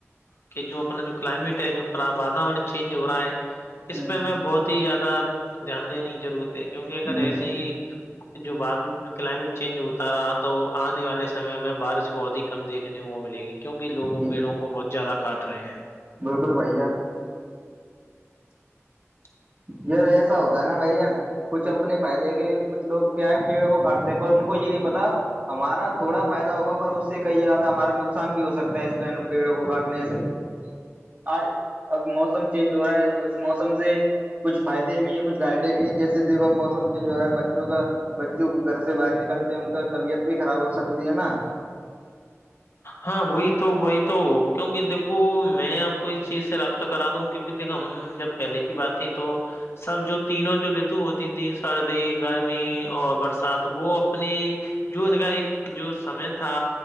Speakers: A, on the left; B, on the right.
A: کہ جو اپنا جو کلائمیٹ ہے جو واتورن چینج ہو رہا ہے اس
B: ہ
A: پہ ہمیں بہت ہی زیادہ دھیان دینے کی ضرورت ہے کیونکہ اگر
B: جی
A: ایسی جو بار کلائمیٹ چینج ہوتا رہا تو آنے والے سمے میں بارش بہت ہی کم دیکھنے کو ملے گی کیوںک لوگوں
B: جی
A: پیڑوں کو بہت زیادہ کاٹ رہے ہیں
B: بالکل بھائی جان
A: <inaudible>
B: یہ ایسا ہوتا ہے نا بھ جین کچھ اپنے فائدے کے لیے کچھ لوگ کیا ہے پیڑ وہ کاٹتے ہیں پر ان کو یہ نہیں پتا ہمارا تھوڑا فائدہ ہوگا پر اس سے کئی زیادہ ہمارا نقصان بھی ہو سکتا ہے اس پیڑوں کو کاٹنے سے ہاں اب موسم چینج ہو رہا ہے تو اس موسم سے کچھ فائدے بھی ہیں کچھ گھٹیں بھی ہیں جسے دیکو موسم چینج ہو رہا ہے بچوں کا بچوں کو گھر سے باہر نکلتے ہیں ان کا طبیعت بھی خراب ہو سکتی ہے نا
A: ہاں وہی تو وہی تو کیونکہ دیکھو میں آپ کو اس چیز سے رابط تو کرا دوں کیک دیکھ ہم جب پہلے کی بات تیں تو سب جو تینوں جو رتو ہو تین تین سردی گرمی اور برسات وہ اپنی جو ان کا ایک جو سمے تھا